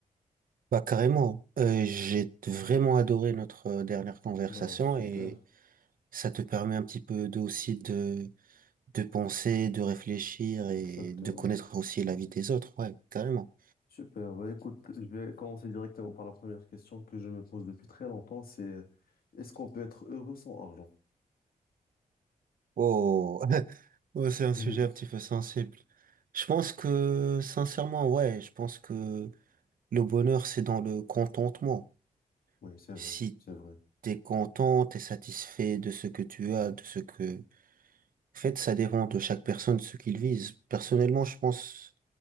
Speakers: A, on the right (about 70°); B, on the left (about 80°).
A: Bah carrément, Euh, j'ai vraiment adoré notre euh, dernière conversation
B: Bah, super,
A: et ça te permet un petit peu de, aussi de, de penser, de réfléchir et
B: exactement.
A: de connaître aussi la vie des autres, ouais, carrément.
B: Super. Bah, écoute, je vais commencer directement par la première question que je me pose depuis très longtemps, c'est euh, est-ce qu'on peut être heureux sans argent?
A: Oh, <laughs> Ouais, c'est un
B: <laughs>
A: sujet un petit peu sensible. Je pense que, sincèrement, ouais, je pense que le bonheur, c'est dans le contentement.
B: Oui, c'est vrai,
A: Si
B: c'est vrai.
A: t'es content, t'es satisfait de ce que tu as, de ce que... En fait, ça dépend de chaque personne, ce qu'il vise. Personnellement, je pense...